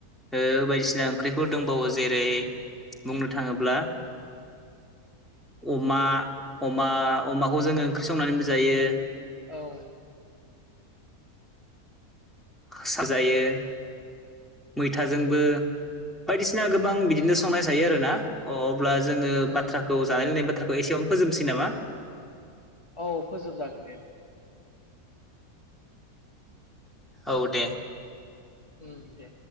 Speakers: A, in the centre; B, on the left.
A: ओ बायदिसिना ओंख्रिफोर दंबावो जेरै बुंनो थाङोब्ला अमा-अमा-अमाखौ जोङो ओंख्रि संनानैबो जायो
B: औ
A: <unintelligible> जायो मैथाजोंबो
B: ओं
A: बायदिस सिना गोबां बिदिनो
B: उम
A: संनाय जायो आरो ना अब अब्ला जोङो
B: उम
A: बाथ्राखौ जानाय लोंनाय खोथाखौ एसेयावनो फोजोबनोसै नामा
B: औ फोजोबजागोन दे
A: औ दे
B: उम दे